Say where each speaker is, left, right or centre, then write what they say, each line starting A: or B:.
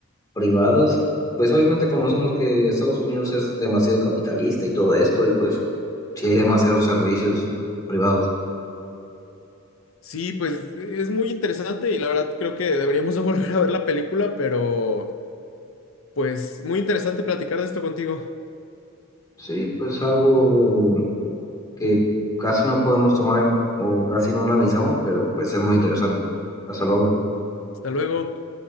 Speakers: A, on the left (about 20°); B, on the left (about 70°).
A: privadas. Pues obviamente conocemos que Estados Unidos es demasiado capitalista y todo esto, y pues sí hay demasiados servicios privados.
B: Sí, pues es muy interesante y la verdad creo que deberíamos de volver a ver la película, pero pues muy interesante platicar de esto contigo.
A: Sí, pues algo que casi no podemos tomar en, o casi no analizamos, pero pues es muy interesante. Hasta luego.
B: Hasta luego.